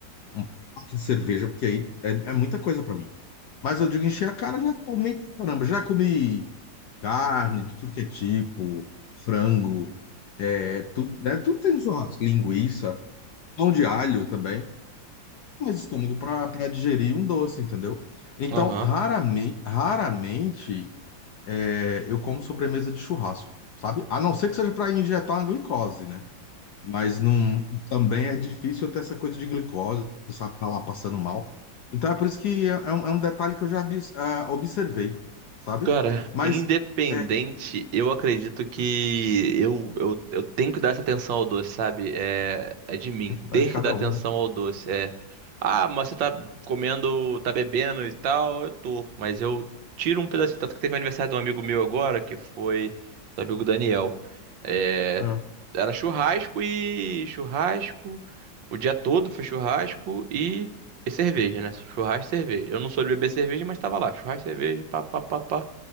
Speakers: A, on the left; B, on the right.
A: Um pack de cerveja, porque aí é, é muita coisa pra mim. Mas eu digo encher a cara, já tomei, pra caramba, já comi carne de tudo que é tipo, frango, é, tudo, né? Tudo tem churrasco, linguiça, pão de alho também, mas estômago pra, pra digerir um doce, entendeu? Então,
B: aham.
A: raramente, raramente é, eu como sobremesa de churrasco, sabe? A não ser que seja pra injetar uma glicose, né? mas não, também é difícil ter essa coisa de glicose, sabe? Tá lá passando mal. Então é por isso que é, é um, é um detalhe que eu já abis- ah, observei, sabe?
B: Cara,
A: Mas
B: independente,
A: é,
B: eu acredito que eu, eu, eu tenho que dar essa atenção ao doce, sabe? É, é de mim,
A: vai
B: ter
A: de cada
B: que dar atenção
A: um, né?
B: ao doce. É, ah, mas você tá comendo, tá bebendo e tal, eu tô, mas eu tiro um pedacinho. Tanto que teve o aniversário de um amigo meu agora, que foi do amigo Daniel. É,
A: Ah,
B: era churrasco e churrasco, o dia todo foi churrasco e, e cerveja, né? Churrasco e cerveja. Eu não sou de beber cerveja, mas tava lá, churrasco e cerveja, pá, pá, pá, pá.